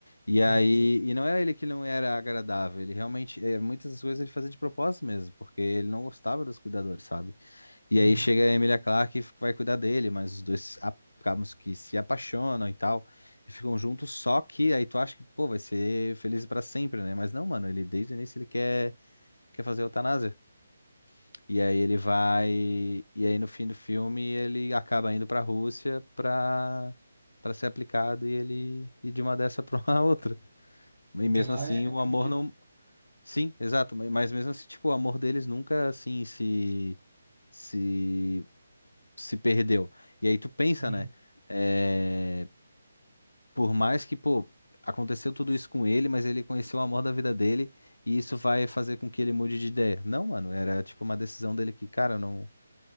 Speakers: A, on the left; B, on the right.
A: E
B: sim,
A: aí,
B: sim.
A: e não é ele que não era agradável, ele realmente, é, muitas das coisas ele fazia de propósito mesmo, porque ele não gostava dos cuidadores, sabe? E
B: Uhum.
A: aí chega a Emilia Clarke e vai cuidar dele, mas os dois a- acabam que se apaixonam e tal, e ficam juntos, só que aí tu acha que, pô, vai ser feliz pra sempre, né? Mas não, mano, ele desde o início ele quer, quer fazer eutanásia. E aí ele vai. E aí no fim do filme ele acaba indo pra Rússia pra, pra ser aplicado e ele ir de uma dessa <laughs> pra uma outra. E
B: Porque
A: mesmo
B: lá
A: assim
B: é,
A: o
B: é permitido.
A: amor não. Sim, exato. ma- Mas mesmo assim, tipo, o amor deles nunca assim se. se. se perdeu. E aí tu pensa,
B: Uhum.
A: né? é, Por mais que, pô, aconteceu tudo isso com ele, mas ele conheceu o amor da vida dele e isso vai fazer com que ele mude de ideia. Não, mano, era tipo uma decisão dele que, cara, eu não.